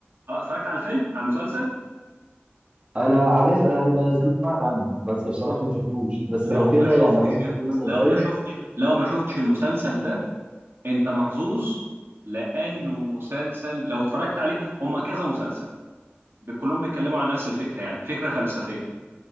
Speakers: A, on the right; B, on the right.
A: اه اتفرجت على الفيلم على المسلسل
B: انا عارف انا سمعت عنه بس بصراحه ما شفتوش بس
A: لو
B: لو كده
A: ما شفتش
B: يعني لو انت
A: ال...
B: بتقول مثلا
A: لو
B: شايف
A: ما شفتش لو ما شفتش المسلسل ده انت محظوظ لانه مسلسل لو اتفرجت عليه هم كذا مسلسل ب- كلهم بيتكلموا عن نفس الفكره يعني فكره فلسفيه